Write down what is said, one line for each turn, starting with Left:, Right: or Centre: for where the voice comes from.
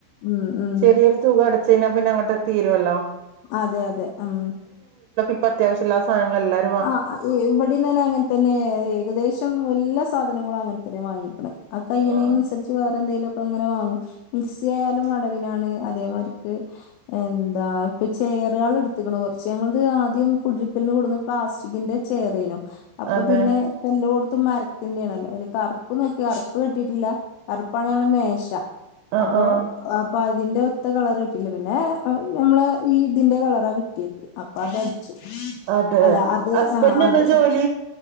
Left: ഉം ഉം
Right: ചെറിയൊരു തുക അടച്ച് കഴിഞ്ഞാ പിന്നെ അങ്ങട്ട് തീരുവല്ലോ
Left: അതെ അതെ ഉം
Right: പ്പൊ അത്യാവശ്യള്ള സാനങ്ങളെല്ലാരും
Left: ആ അത് <unintelligible> ഇവിടെ തന്നെ അങ്ങൻത്തെന്നെ ഏകദേശം എല്ലാ സാധനങ്ങളും അങ്ങൻത്തെന്നെ വാങ്ങിക്ക്‌ണത് ആ കയ്യിണേനനുസരിച്ച്
Right: ആഹ്
Left: വേറെന്തേലൊക്കെ അങ്ങനെ വാങ്ങും മിക്സി ആയാലും അടവിനാണ് അതേമാരിക്ക് എന്താ ഇപ്പൊ ചെയറാള് ഇട്ത്ത്ക്ക്‌ണ് കൊർച്ച് ഞങ്ങള്ത് ആദ്യം കുടിരിക്കലിന് കൊട്ന്ന പ്ലാസ്റ്റിക്കിന്റെ ചേയറേനു അപ്പൊ
Right: അതെ
Left: പിന്നെ എല്ലോട്ത്തും മരത്തിന്റാണല്ലോ അയ്ല് കർപ്പ്‌ നോക്കി കർപ്പ് കിട്ടിട്ടില്ല കർപ്പാണ് ഞങ്ങളെ മേശ
Right: ആഹ്
Left: അപ്പൊ
Right: ആഹ്
Left: അപ്പൊ അതിന്റെ ഒത്ത കളർ കിട്ടില്ല പിന്നെ നമ്മളെ ഈ ഇതിന്റെ കളറാ കിട്ടിയത് അപ്പൊ അതടിച്ചു
Right: അതെ
Left: അല്ല അത്
Right: ഹസ്ബൻഡന്
Left: ആ അത്
Right: എന്താ ജോലി